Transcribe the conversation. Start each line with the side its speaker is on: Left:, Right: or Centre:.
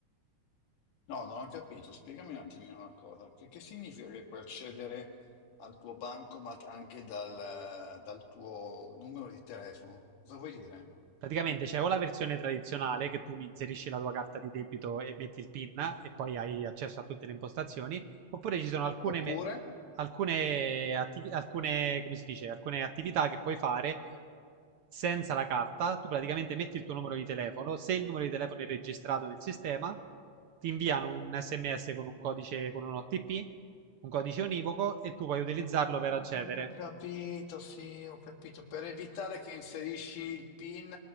Left: No, non ho capito. Spiegami un attimino una cosa. Che, che significa che puoi accedere al tuo bancomat anche dal, dal tuo numero di telefono? Cosa vuoi dire?
Right: Praticamente c'è o la versione tradizionale che tu mi inserisci la tua carta di debito e metti il PIN e poi hai accesso a tutte le impostazioni, oppure ci sono alcune,
Left: Oppure?
Right: me- alcune, attivi- alcune, come si dice, alcune attività che puoi fare senza la carta. Tu praticamente metti il tuo numero di telefono, se il numero di telefono è registrato nel sistema, ti inviano un SMS con un codice, con un OTP, un codice univoco e tu puoi utilizzarlo
Left: Ah,
Right: per accedere.
Left: ho capito, sì, ho capito. Per evitare che inserisci il PIN